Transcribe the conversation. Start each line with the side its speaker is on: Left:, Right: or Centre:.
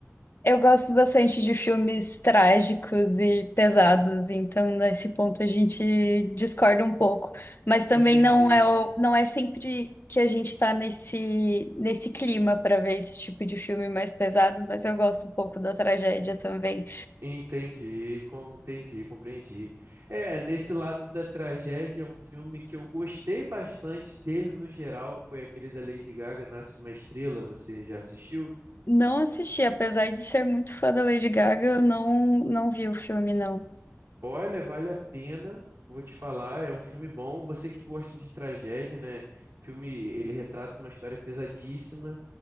Left: Eu gosto bastante de filmes trágicos e pesados, então nesse ponto a gente discorda um pouco. Mas também
Right: Entendi,
Left: não é, o- não é sempre que a gente está nesse, nesse clima para ver esse tipo de filme mais pesado, mas eu gosto um pouco da tragédia também.
Right: entendi, com- entendi, compreendi. É, nesse lado da tragédia, um filme que eu gostei bastante dele no geral foi aquele da Lady Gaga, Nasce uma Estrela. Você já assistiu?
Left: Não assisti, apesar de ser muito fã da Lady Gaga, eu não, não vi o filme, não.
Right: Olha, vale a pena. Vou te falar, é um filme bom. Você que gosta de tragédia, né? O filme, ele retrata uma história pesadíssima